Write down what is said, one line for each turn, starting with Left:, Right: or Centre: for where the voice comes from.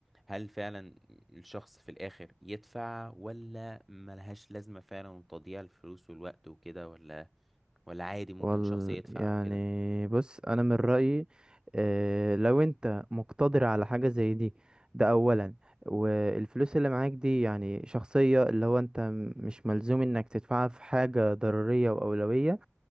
Centre: هل فعلا الشخص في الاخر يدفع ولا ملهاش لازمه فعلا تضييع الفلوس والوقت وكده ولا ولا عادي ممكن
Right: وال
Centre: شخص يدفع
Right: يعني
Centre: وكده
Right: بص انا من رايي آه، لو انت مقتدر على حاجه زي دي ده اولا والفلوس اللي معاك دي يعني شخصيه اللي هو انت م- مش ملزوم انك تدفعها في حاجه ضروريه واولويه